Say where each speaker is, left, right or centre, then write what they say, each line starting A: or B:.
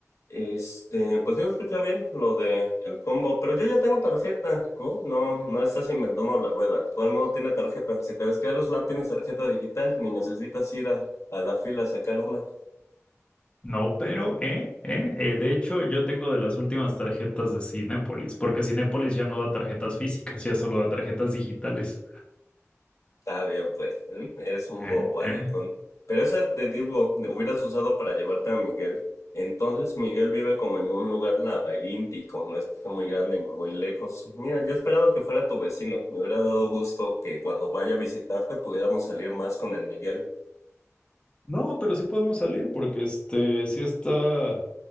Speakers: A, on the left (about 75°); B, on the left (about 20°).
A: este, pues yo escuché bien lo de el combo, pero yo ya tengo tarjeta, ¿no? No, no estás inventando la rueda. Todo el mundo tiene tarjeta. Si te ves que a los lab tienes tarjeta digital, ni necesitas ir a, a la fila a sacar una.
B: No, pero, ¿eh? ¿eh? eh, de hecho, yo tengo de las últimas tarjetas de Cinépolis, porque Cinépolis ya no da tarjetas físicas, ya solo da tarjetas digitales.
A: Está bien, pues. ¿eh? Eres un
B: ¿Eh?
A: bobo, Alicón.
B: ¿eh?
A: Pero ese te digo, hubieras usado para llevarte a Miguel. Entonces Miguel vive como en un lugar laberíntico, no es que esté muy grande ni muy lejos. Mira, yo esperaba que fuera tu vecino. Me hubiera dado gusto que cuando vaya a visitarte pudiéramos salir más con el Miguel.
B: No, pero sí podemos salir, porque este, sí está,